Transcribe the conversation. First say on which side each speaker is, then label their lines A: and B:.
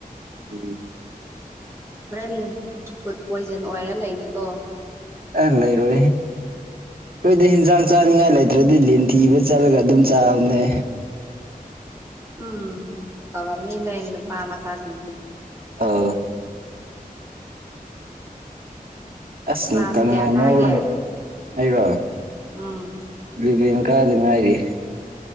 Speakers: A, on the right; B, on the right.
A: ꯎꯝ
B: ꯍꯣꯔꯦꯟ ꯐꯨꯗ ꯄꯣꯏꯖꯟ ꯑꯣꯏꯔ ꯂꯩꯅꯤꯀꯣ
A: ꯑꯦ ꯂꯩꯔꯣꯏꯍꯦ ꯑꯩꯈꯣꯏꯗꯤ ꯍꯤꯟꯖꯥꯡ ꯆꯥꯅꯤꯡꯉꯥꯏ ꯂꯩꯇ꯭ꯔꯗꯤ ꯂꯤꯟ ꯊꯤꯕ ꯆꯠꯂꯒ ꯑꯗꯨꯝ ꯆꯥꯕꯅꯦ
B: ꯎꯝ ꯇꯧꯔꯝꯅꯤ ꯅꯣꯏ ꯅꯨꯄꯥ ꯃꯆꯥꯁꯤꯡꯁꯦ
A: ꯑꯥ ꯑꯁ
B: ꯀ꯭ꯂꯥꯁ
A: ꯀꯪꯉꯧ
B: ꯀꯌꯥ ꯀꯥꯒꯦ
A: ꯉꯧꯔꯥꯒ ꯑꯩꯔꯣ
B: ꯎꯝ
A: ꯏꯂꯤꯕꯦꯟ ꯀꯥꯗꯥ ꯉꯥꯏꯔꯤꯌꯦ